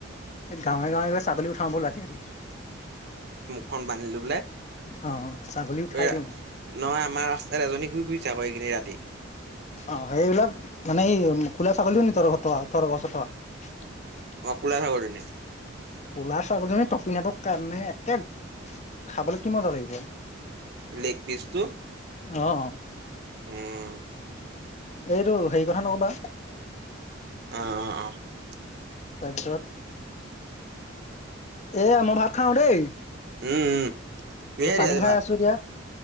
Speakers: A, on the left; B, on the right.
A: এ গাঁৱে গাঁৱে গৈ ছাগলী উঠাও ব'ল ৰাতি ৰাতি
B: ক বাংগি লৈ পেলাই
A: অ' ছাগলী উঠাই
B: অ
A: দিওঁ।
B: আ নহয় আমাৰ ৰাস্তাত এজনী ঘুৰি ফুৰিছে আক এইকেইদিন ৰাতি
A: অ সেইবিলাক মানে কোলা ছাগলীটো নি তহতৰ ঘৰত তহত তহতৰ ঘৰৰ ওচৰত থকা
B: অ কোলা <inaudible>
A: কলা ছাগলীজনি টপিনাটো তামানে একে খাবলৈ কি মজা লাগিব আৰু
B: লেগ পিছ টো
A: অহঁ
B: উম
A: এইটো হেৰি কথা নকবা-
B: অহঁ অহঁ অহঁ
A: তাপিছত এয়া মই ভাত খাওঁ দেই,
B: উম উম কিহেদি
A: এ পানী
B: আজি
A: খাই
B: ভাত
A: আছোঁ এতিয়াঁ।